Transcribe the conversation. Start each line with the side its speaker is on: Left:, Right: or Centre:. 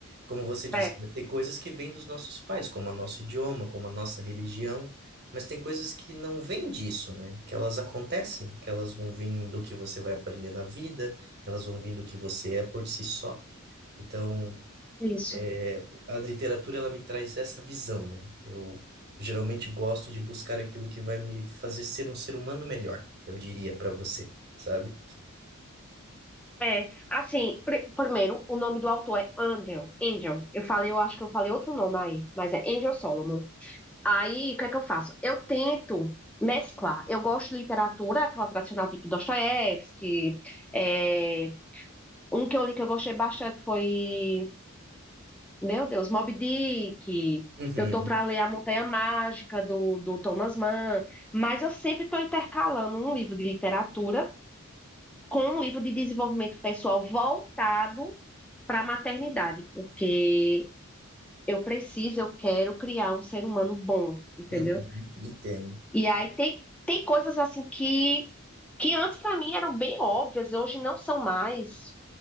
Right: como você disse,
Centre: é,
Right: né, tem coisas que vêm dos nossos pais, como o nosso idioma, como a nossa religião, mas tem coisas que não vêm disso, né? Que elas acontecem, que elas vão vir do que você vai aprender na vida, que elas vão vir do que você é por si só. Então,
Centre: isso.
Right: é, a literatura ela me traz essa visão, né? Eu geralmente gosto de buscar aquilo que vai me fazer ser um ser humano melhor, eu diria para você, sabe?
Centre: É, assim, pri- primeiro, o nome do autor é Andrew, Angel. Eu falei, eu acho que eu falei outro nome aí, mas é Angel Solomon. Aí, o que é que eu faço? Eu tento mesclar. Eu gosto de literatura, aquela tradicional, tipo Dostoiévski. é, Um que eu li que eu gostei bastante foi, meu Deus, Moby Dick.
Right: Uhum,
Centre: Eu tô para ler A Montanha Mágica, do, do Thomas Mann. Mas eu sempre estou intercalando um livro de literatura com um livro de desenvolvimento pessoal voltado para a maternidade, porque eu preciso, eu quero criar um ser humano bom, entendeu?
Right: uhum, entendo.
Centre: E aí tem, tem coisas assim que, que antes para mim eram bem óbvias, hoje não são mais.